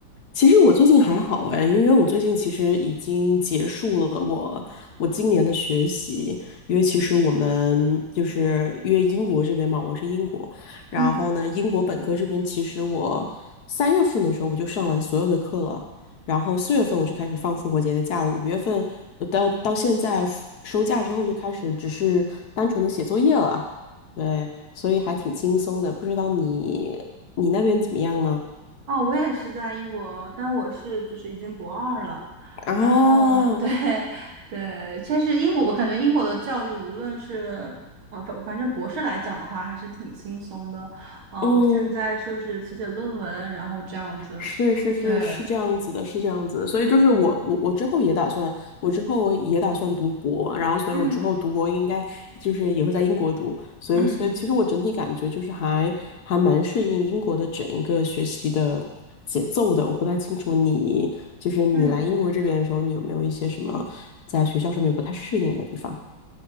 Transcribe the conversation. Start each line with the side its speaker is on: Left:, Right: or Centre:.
Left: 其实我最近还好哎，因为我最近其实已经结束了我我今年的学习，因为其实我们就是因为英国这边嘛，我是英国，然后呢，
Right: 嗯，
Left: 英国本科这边其实我三月份的时候我就上完所有的课了，然后四月份我就开始放复活节的假了，五月份呃到到现在收假之后就开始只是单纯的写作业了，对，所以还挺轻松的，不知道你你那边怎么样呢？
Right: 哦，我也是在英国，但我是就是已经博二了。
Left: 啊，
Right: 然后对 <laughs> 对，但是英国，我感觉英国的教育无论是呃反反正博士来讲的话，还是挺轻松的。哦、
Left: 嗯，
Right: 我现在就是写写论文，然后这样子。
Left: 是是是是这样子的，
Right: 对，
Left: 是这样子的，所以就是我我我之后也打算，我之后也打算读博，然后所以我之后读博应该就是也会在英国读，
Right: 嗯
Left: 所以所以其实我整体感觉就是还还蛮适应英国的整一个学习的节奏的，
Right: 嗯。
Left: 我不太清楚你就是你来英国这边的时候，
Right: 嗯
Left: 你有没有一些什么在学校上面不太适应的地方？